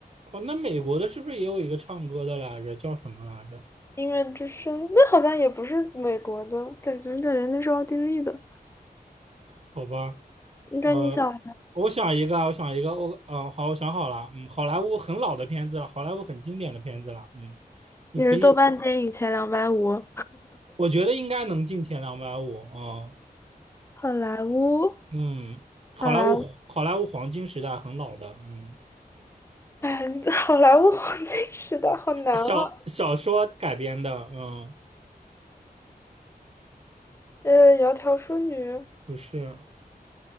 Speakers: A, on the right; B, on the left.
A: 哦，那美国的是不是也有一个唱歌的来着？叫什么来着？
B: 音乐之声，那好像也不是美国的，感觉感觉那是奥地利的。
A: 好吧，
B: 应该你想
A: 呃，我想一个啊，我想一个，我嗯、呃好，我想好了，嗯，好莱坞很老的片子了，好莱坞很经典的片子了，嗯，你可以，
B: 也是豆瓣电影前两百五。
A: 我觉得应该能进前两百五，嗯
B: 好莱坞，
A: 嗯，好莱坞好莱坞黄金时代很老的，
B: 好莱坞，<laughs>
A: 嗯，
B: 嗯，好莱坞黄金时代好难啊。
A: 小小说改编的，嗯，
B: 呃，窈窕淑女，
A: 不是，